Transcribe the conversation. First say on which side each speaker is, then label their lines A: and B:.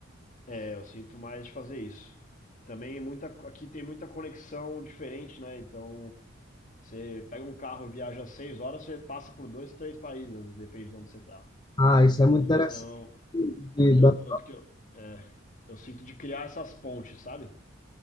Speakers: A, on the left; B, on the left.
A: É, eu sinto mais de fazer isso. Também muita, aqui tem muita conexão diferente, né? Então, você pega um carro, viaja seis horas, você passa por dois, três países, depende de onde você tá.
B: Ah, isso é muito
A: Então,
B: interessante. E
A: eu,
B: ba-
A: eu, que eu, é, eu sinto de criar essas pontes, sabe?